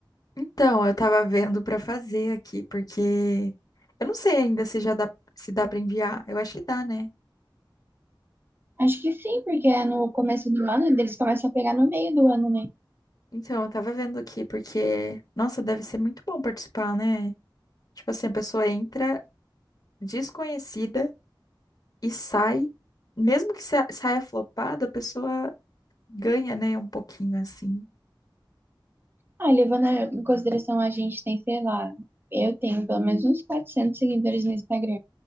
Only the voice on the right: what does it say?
Acho que sim, porque é no começo do ano, e eles começam a pegar no meio do ano, né?
Ah, levando em consideração a gente tem, sei lá, eu tenho pelo menos uns 400 seguidores no Instagram.